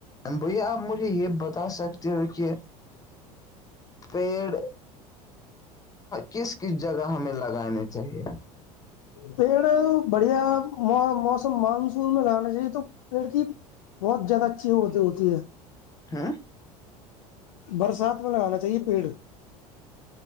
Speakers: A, on the left (about 20°); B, on the left (about 60°).
A: بھیا آپ مجھے یہ بتا سکتے ہو کہ پیڑ کس کس جگہ ہمیں لگانے چاہیے
B: پیڑ بڑھیا موسم مانسون میں لانا چاہیے تو لڑکی بہت زیادہ اچھی ہو ہوتی ہے
A: ہاں
B: برسات میں لگانا چاہیے پیڑ